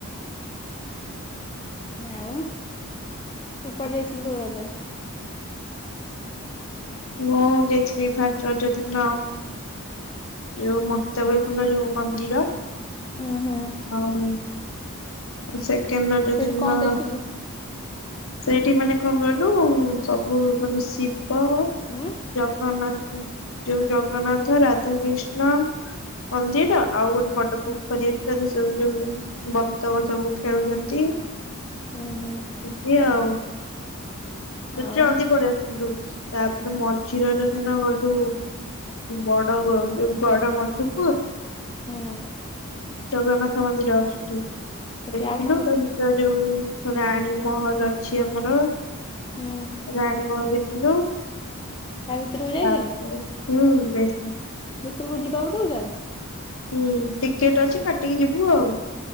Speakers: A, on the left (about 20°); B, on the left (about 65°).
A: ଆଉ ତୁ କୁଆଡେ ଯାଇଥିଲୁ ସବୁ ରଜରେ?
B: ମୁଁ ଯାଇଥିଲି ଫାଷ୍ଟ ରଜ ଦିନ ଯୋଉ ମର୍ତ୍ତ୍ୟବୈକୁଣ୍ଠ ଯୋଉ ମନ୍ଦିର
A: ଉଁ ହୁଁ।
B: ଆଉ ସେକେଣ୍ଡ ରଜ
A: ସେଠି
B: ଦିନ
A: କଣ ଦେଖିଲୁ?
B: ସେ ଠି ମାନେ କଣ କହିଲୁ ସବୁ ମାନେ ଶିବ
A: ହୁଁ
B: ଜଗନ୍ନାଥ ଯୋଉ ଜଗନ୍ନାଥ ରା ରାଧାକିଷ୍ଣ ମନ୍ଦିର ଆଉ ଗୋଟେ ବଡ
A: ହୁଁ
B: ପୋଖରୀ ଅ ଭିତରେ ସବୁ ଯୋଉ ବତକ ସବୁ ଖେଳୁଛନ୍ତି।
A: ହୁଁ ହୁଁ।
B: ଆଉ <unintelligible>
A: ଆଉ
B: ଜଲଦି ପଳିଆସେ ଥିଲୁ ତାପରେ ମଝି ରଜ ଦିନ ଗଲୁ ବ ଡ ଯୋଉ ଗଡ ମଧୂପୁର୍
A: ହୁଁ।
B: ଜଗନ୍ନାଥ ମନ୍ଦିର ସେଠି
A: ସେଠି
B: ଦେଖିଲୁ
A: ଆଉ କଣ
B: ତା ଭିତ ଯୋଉ ରାଣୀ ମହଲ ଅଛି ଆମର
A: ହୁଁ
B: ରାଣୀ ମହଲ ଦେଖିଲୁ,
A: ତା ଭିତରକୁ ଯାଇଥିଲୁ
B: ତାପରେ ହୁଁ, ଯାଇଥିଲୁ।
A: ଭିତରକୁ ଯିବାକୁ ଦେଉଚନ୍ତି?
B: ହୁଁ, ଟିକେଟ ଅଛି, କାଟିକି ଯିବୁ ଆଉ।